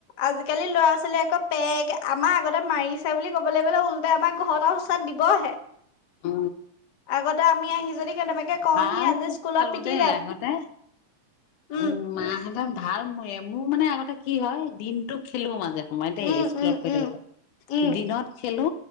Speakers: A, on the left (about 55°); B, on the left (about 75°).
A: আজিকালি লৰা ছোৱালীয়ে আকৌ পেক আমাৰ আগতে মাৰিছে বুলি কবলৈ গ'লে উল্টাই আমাৰ ঘৰত আৰু এচাত দিবহে
B: অ
A: আগতে আমি আহি যদি কেনেবাকে কওঁ
B: ভাল
A: সি আজি
B: খুব
A: স্কুলত
B: খালো
A: পিটিলে
B: দেই আগতে
A: উম
B: উ মাহতত ভাল মোৰ মানে আগতে কি হয় দিনতোক খেলো মাজে সময়ে দেই
A: উম
B: স্কুলত
A: উম
B: প
A: উম
B: থাকোতে
A: উম
B: দিনত খেলো